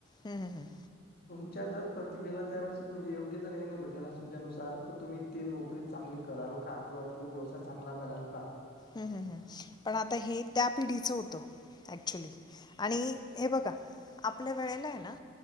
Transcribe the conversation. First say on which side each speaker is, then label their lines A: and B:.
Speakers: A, on the left (about 20°); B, on the left (about 50°).
A: हम्म हम् हम्म!
B: तुमच्या जर प्रतिभेला त्या वेळेस म्हणजे योग्य जर हे नाही भेटलं ना तुमच्यानुसार तर तुम्ही ते नोकरी चांगली कराल का किंवा तू व्यवसाय चांगला कराल का
A: हम्म हम् हम् पण आता हे त्या पिढीचं होतं ऍक्च्युली आणि हे बघा आपल्या वेळेला आहे ना